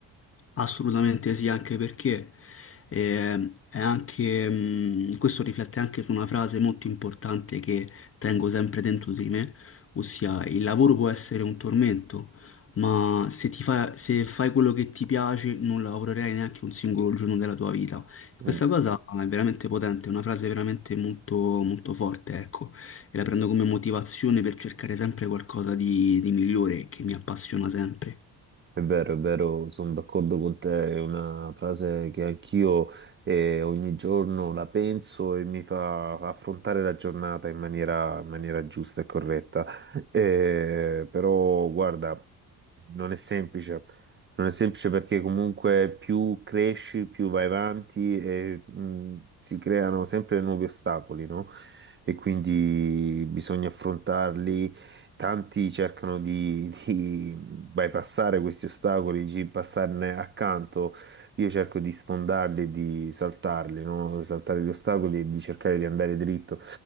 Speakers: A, on the left (about 30°); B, on the right (about 25°).
A: Assolutamente sì, anche perché eh, è anche, mh, questo riflette anche su una frase molto importante che tengo sempre dentro di me, ossia il lavoro può essere un tormento, ma se ti fa- se fai quello che ti piace non lavorerai neanche un singolo giorno della tua vita. E
B: Mm.
A: questa cosa è veramente potente, è una frase veramente molto, molto forte, ecco, e la prendo come motivazione per cercare sempre qualcosa di, di migliore che mi appassiona sempre.
B: È vero, è vero, sono d'accordo con te, è una frase che anch'io eh, ogni giorno la penso e mi fa affrontare la giornata in maniera, in maniera giusta e corretta. Eh, però, guarda, non è semplice, non è semplice perché comunque più cresci, più vai avanti e mh, si creano sempre nuovi ostacoli, no? E quindi bisogna affrontarli Tanti cercano di, di bypassare questi ostacoli, di passarne accanto. Io cerco di sfondarli, e di saltarli, no? Saltare gli ostacoli e di cercare di andare dritto.